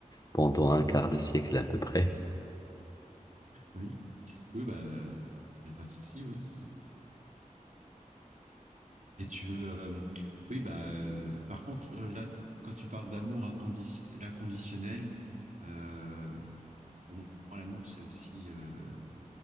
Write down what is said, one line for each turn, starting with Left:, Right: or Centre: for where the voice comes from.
Left: pendant un quart de siècle à peu près.
Right: Oui. Oui, bah, il n'y a pas de souci, oui. c'est- Et tu veux. euh, oui, bah, euh, par contre, euh, là, quand tu parles d'amour inconditionnel, l'inconditionnel, euh, pour moi, l'amour, c'est aussi. euh,